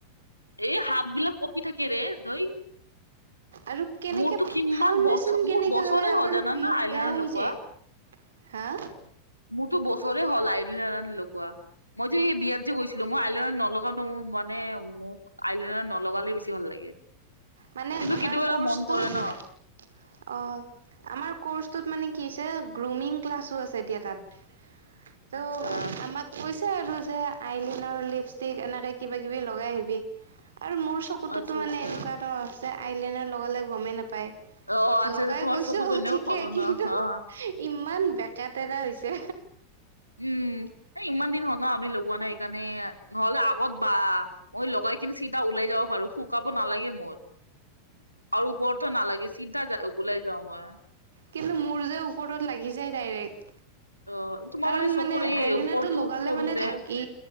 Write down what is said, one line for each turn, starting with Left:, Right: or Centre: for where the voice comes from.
Left: এ হাত বিলাক কঁপি থাকে ৰে ধই।
Right: আৰু কেনেকে
Left: মোৰতো কিমান
Right: ফাউডেশ্যন
Left: বছৰ
Right: কেনেকে
Left: মোৰ বছৰে
Right: লগাই আমাৰ
Left: হ'ল জানানা
Right: মুখ
Left: আইলাইনাৰ
Right: বেয়া হৈ
Left: লগোৱা
Right: যায়। হা?
Left: মোৰতো বছৰে হ'ল আইলিনা লগোৱা। মই যে এই বিয়াত যে গৈছিলো, মই আইলিনাৰ নলগাঁও নহয়, মোৰ মানে মোৰ আইলিনাৰ নলগাঁলে বেছি ভাল লাগে।
Right: মানে
Left: কিন্তু
Right: আমাৰ
Left: কেতিয়াবা এটা
Right: কৰ্চটোত,
Left: মন কৰে ন
Right: অ'। আমাৰ কৰ্চটোত মানে কি হৈছে, গ্ৰুমিং ক্লাছো আছে এতিয়া তাত। ত'
Left: আচ্ছা।
Right: আমাক কৈছে আৰু যে আইলিনাৰ, লিপষ্টিক এনেকে কিবা কিবি লগাই আহিবি আৰু মোৰ চকুতোতো
Left: আচ্ছা
Right: মানে
Left: আচ্ছা
Right: এনেকুৱা ত' আছে, আইলিনাৰ লগালে গমেই নাপায়।
Left: অ আচ্ছা
Right: লগাই
Left: আচ্ছা তোমাৰ
Right: গৈছো
Left: চকুত এনেও
Right: ঠিকে,
Left: সৰু
Right: কিন্তু
Left: ন অ
Right: ইমান বেকা টেৰা হৈছে।
Left: উম, এই ইমান দিন হ'ল ন আমি লগোৱা নাই সেইকাৰণে নহ'লে আগত বা মই লগাই কিনি চিধা ওলাই যাব পাৰো শুকাব নালাগে মোৰ। আৰু ওপৰতটো নালাগে চিধা ওলাই যাওঁ মই।
Right: কিন্তু মোৰ যে ওপৰত লাগি যায় ডাইৰেক্ট।
Left: অ তোমাৰ
Right: কাৰণ
Left: চকুৰ
Right: মানে
Left: এই
Right: আইলিনাটো
Left: ওপৰতো
Right: লগালে
Left: সৰু
Right: মানে
Left: যে
Right: ঢাকি,